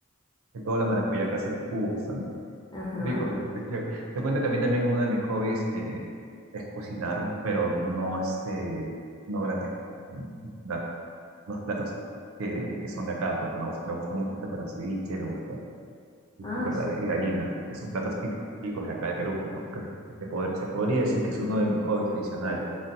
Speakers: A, on the right; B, on the left.
A: de toda la maracuyá que hacen en jugos también.
B: ajá,
A: Rico, rico, qué chévere. Te cuento que a mí también uno de mis hobbies eh, es cocinar, pero no este, no grandes cosas, ¿no? cocinar unos platos que, que son de acá, pues no me gusta, me gusta mucho preparar ceviche, me gusta mucho
B: ah,
A: preparar
B: sí.
A: ají de gallina, que son platos típicos de acá de Perú, pues no, Pues, este poder, se podría decir que es uno de mis hobbies adicionales.